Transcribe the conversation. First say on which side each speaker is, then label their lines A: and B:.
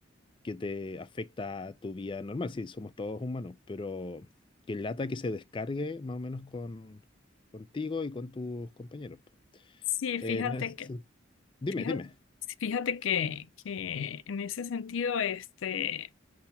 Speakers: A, on the left; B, on the left.
A: que te afecta a tu vida normal, sí, somos todos humanos, pero que lata que se descargue más o menos con, contigo y con tus compañeros. po.
B: Sí,
A: Eh,
B: fíjate
A: En el sen-
B: que
A: dime,
B: Fíjate,
A: dime.
B: fíjate que, que en ese sentido, este,